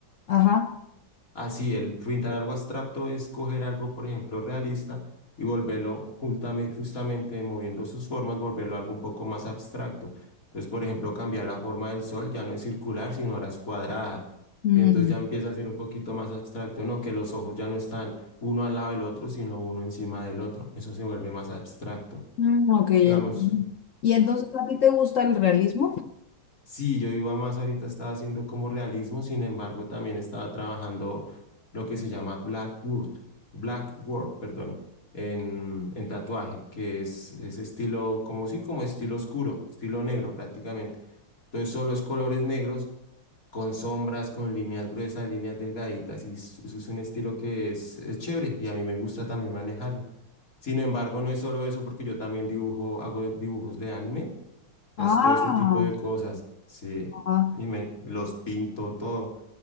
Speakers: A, on the left; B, on the left.
A: Ajá.
B: Así, el pintar algo abstracto es coger algo, por ejemplo, realista y volverlo justame- justamente, moviendo sus formas, volverlo algo un poco más abstracto. Entonces, por ejemplo, cambiar la forma del sol, ya no es circular, sino ahora es cuadrada.
A: Mm,
B: Y entonces ya empieza a ser un poquito más abstracto, ¿no? Que los ojos ya no están uno al lado del otro, sino uno encima del otro. Eso se vuelve más abstracto.
A: mm, ok. entiendo.
B: Digamos,
A: ¿Y entonces a ti te gusta el realismo?
B: Sí, yo iba más ahorita, estaba haciendo como realismo, sin embargo, también estaba trabajando lo que se llama Blackwood, Blackwork, perdón, en, en tatuaje, que es, es estilo, como sí, como estilo oscuro, estilo negro prácticamente. Entonces, solo es colores negros con sombras, con líneas gruesas, líneas delgaditas, y es- eso es un estilo que es, es chévere y a mí me gusta también manejarlo. Sin embargo, no es solo eso, porque yo también dibujo, hago dibujos de anime es
A: Ah,
B: todo este tipo de cosas, sí,
A: ajá.
B: y me los pinto todo,